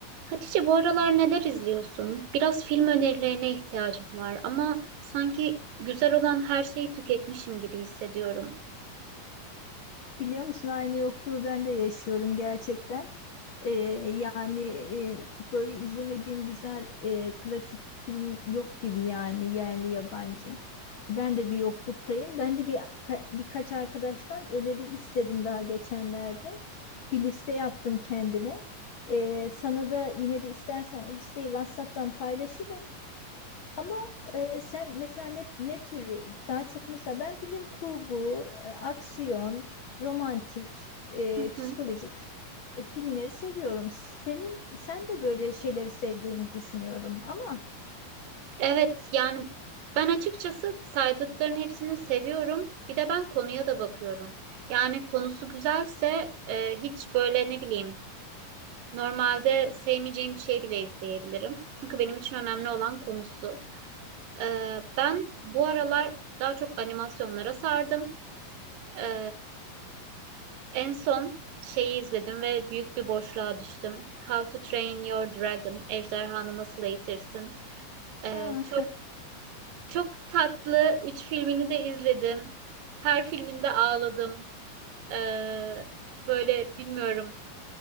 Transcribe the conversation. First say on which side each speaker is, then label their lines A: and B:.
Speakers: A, on the right; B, on the left.
A: Hatice bu aralar neler izliyorsun? Biraz film önerilerine ihtiyacım var ama sanki güzel olan her şeyi tüketmişim gibi hissediyorum.
B: Biliyor musun aynı yokluğu ben de yaşıyorum gerçekten. Ee, yani e, böyle izlemediğim güzel e, klasik film yok gibi yani yerli yabancı. Ben de bir yokluktayım. Ben de bir ka- birkaç arkadaştan öneri istedim daha geçenlerde. Bir liste yaptım kendime. Ee, sana da yine de istersen o listeyi WhatsApp'tan paylaşırım. Ama e, sen mesela ne, ne tür daha çok mesela ben bilim kurgu, e, aksiyon, romantik, e,
A: Hı
B: psikolojik
A: hı.
B: e, filmleri seviyorum. Senin sen de böyle şeyleri sevdiğini düşünüyorum ama
A: Evet, yani ben açıkçası saydıkların hepsini seviyorum. Bir de ben konuya da bakıyorum. Yani konusu güzelse e, hiç böyle ne bileyim normalde sevmeyeceğim bir şey bile izleyebilirim. Çünkü benim için önemli olan konusu. E, ben bu aralar daha çok animasyonlara sardım. E, En son şeyi izledim ve büyük bir boşluğa düştüm. How to Train Your Dragon, Ejderhanı Nasıl Eğitirsin. Ee,
B: ha,
A: çok çok tatlı. Üç filmini de izledim. Her filminde ağladım. Ee, böyle bilmiyorum.